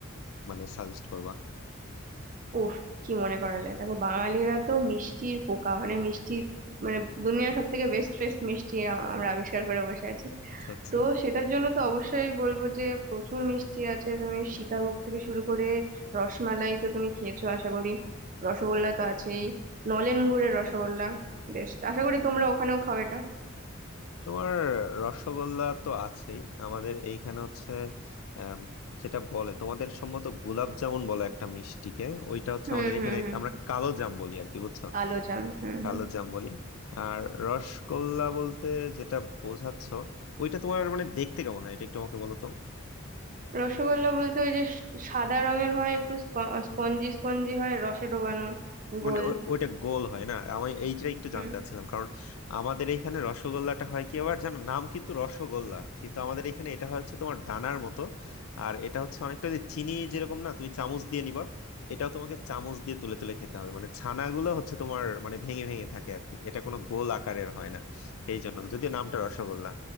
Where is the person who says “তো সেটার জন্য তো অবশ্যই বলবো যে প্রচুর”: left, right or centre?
Right